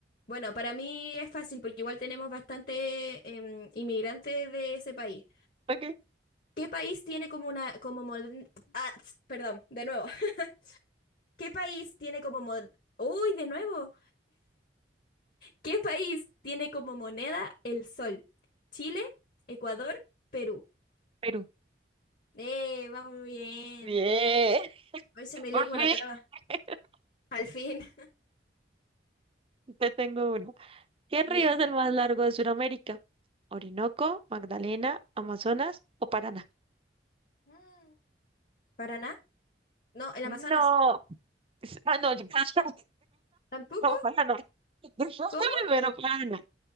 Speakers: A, on the left; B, on the right.
A: Bueno, para mí es fácil porque igual tenemos bastante em, inmigrantes de ese país.
B: ok.
A: ¿Qué país tiene como una, como moder- ah, ps, perdón, de nuevo. <laughs> ¿Qué país tiene como mod- Uy, de nuevo. ¿Qué país tiene como moneda el sol? Chile, Ecuador, Perú.
B: Perú.
A: Eh, va muy bien.
B: Bien,
A: Hoy se me
B: <laughs> por
A: lengua
B: fin.
A: la traba.
B: <laughs>
A: Al fin.
B: Te tengo uno. ¿Qué río
A: <laughs> Ya.
B: es el más largo de Sudamérica? ¿Orinoco, Magdalena, Amazonas o Paraná?
A: Mm. Paraná. No, el
B: No.
A: Amazonas.
B: <laughs> Es- Ah, no, yo <laughs> no,
A: ¿Tampoco?
B: Paraná. yo Dijiste
A: ¿Cómo?
B: primero Paraná.